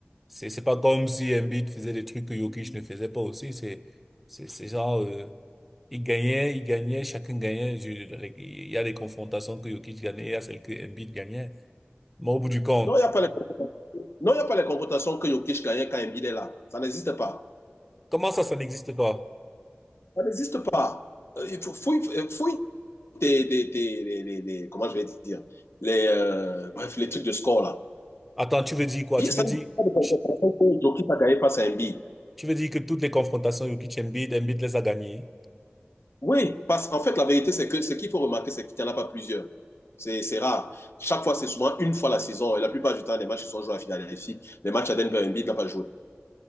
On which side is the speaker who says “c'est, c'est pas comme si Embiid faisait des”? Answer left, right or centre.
Centre